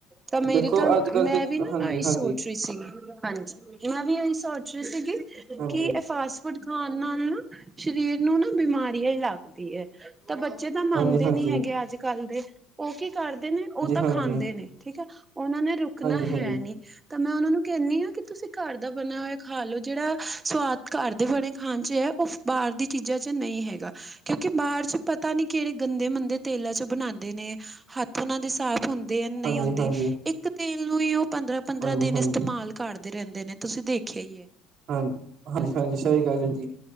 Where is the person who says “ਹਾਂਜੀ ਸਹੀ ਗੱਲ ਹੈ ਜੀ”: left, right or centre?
Right